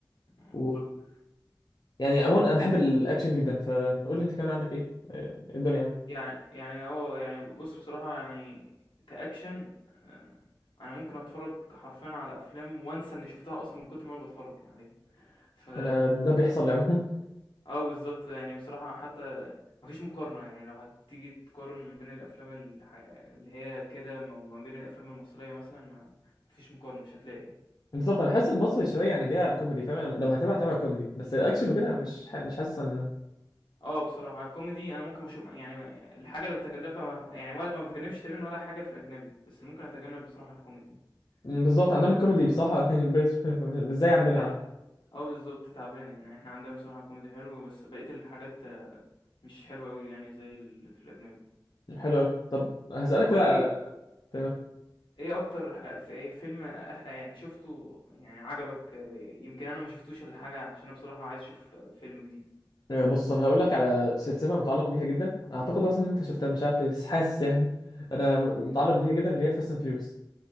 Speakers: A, on the left; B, on the left.
A: اه
B: و...
A: بالظبط
B: يعني عموما انا بحب الاكشن جدا فقول لي انت كمان عندك ايه آه، إيه الدنيا يعني
A: يعني يعني اه يعني بص بصراحه يعني كاكشن اه، انا ممكن اتفرج حرفيا على افلام وانسى اني شفتها اصلا من كتر ما انا بتفرج يعني عليها ف
B: انا ده بيحصل لي عموما
A: آه بالضبط، يعني بصراحة حتى ما فيش مقارنة، يعني لو هتيجي تقارن ما بين الأفلام الح اللي هي كده م وما بين الأفلام المصرية مثلًا ما ما فيش مقارنة مش هتلاقي يعني.
B: <laughs> بالظبط انا حاسس المصري شويه يعني جاي على الكوميدي فاهم يعني لو هتابع هتابع كوميدي بس الاكشن وكده مش ح... مش حاسس منه
A: آه بصراحة الكوميدي أنا ممكن أشو يعني الحاجة اللي باتجنبها ما يعني ولا ما باتجنبش تقريبًا ولا حاجة في الأجنبي، بس اللي ممكن أتجنب بصراحة الكوميدي.
B: مم، بالظبط عندهم
A: آآ
B: الكوميدي بصراحه <laughs> بيص- مش زي عندنا
A: تع
B: يعني
A: آه بالضبط تعبان، يعني إحنا عندنا بصراحة كوميدي حلو، بس بقية الحاجات آه، مش حلوة أوي يعني زي اللي في الأجنبي.
B: حلو قوي طب هسالك
A: قُل
B: كده
A: لي
B: على تمام
A: إيه أكتر ح في ايه فيلم أخ يعني شُفته يعني عجبك آه، يمكن أنا ما شُفتوش والّا حاجة، عشان أنا بصراحة عايز أشوف آه، فيلم جديد؟
B: آه، بص انا هقول لك على سلسله متعلق بيها جدا اعتقد اصلا ان انت شفتها مش عارف ليه بس حاسس يعني انا م-
A: قُل.
B: متعلق بيها جدا اللي هي فاست اند فيوريوس